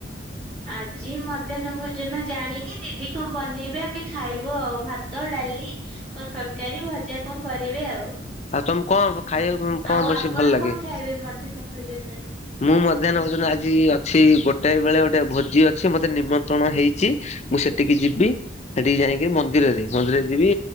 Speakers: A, on the right (about 40°); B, on the left (about 35°).
A: ଆଜି ମଧ୍ୟାହ୍ନ ଭୋଜନ ଜାଣିନି ଦିଦି କଣ ବନେଇବେ ଆମେ ଖାଇବୁ ଆଉ ଭାତ ଡାଲି। କଣ ତରକାରୀ ଭଜା କଣ କରିବେ ଆଉ।
B: ଆଉ ତମକ କଣ ଖାଇବାକୁ କଣ
A: ଆଉ
B: ବେଶୀ
A: ଆପଣ
B: ଭଲ ଲାଗେ।
A: <unintelligible> <unintelligible>
B: ମୁଁ ମଧ୍ୟାହ୍ନ ଭୋଜନ ଆଜି ଅଛି ଗୋଟେ ବେଳେ ଗୋଟେ ଭୋଜି ଅଛି ମତେ ନିମନ୍ତ୍ରଣ ହେଇଚି। ମୁଁ ସେ ଟିକି ଯିବି ସେଠିକି ଯାଇକି ମନ୍ଦିରରେ ମନ୍ଦିରରେ ଯିବି